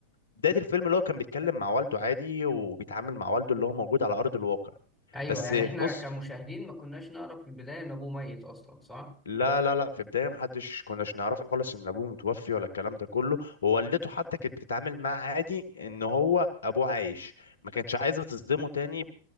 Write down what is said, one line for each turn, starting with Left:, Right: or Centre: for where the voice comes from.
Left: بداية الفيلم اللي هو كان بيتكلم مع والده عادي وبيتعامل مع والده اللي هو موجود على أرض الواقع
Centre: ايوه
Left: بس
Centre: يعني
Left: في
Centre: احنا
Left: نص
Centre: كمشاهدين ما كناش نعرف في البدايه ان ابوه ميت اصلا صح
Left: لا لا لا في البدايه محدش كناش نعرف خالص ان ابوه متوفي ولا الكلام ده كله ووالدته حتى كانت بتتعامل معاه عادي ان هو ابوه عايش ما كانتش عايزه تصدمه تاني ب-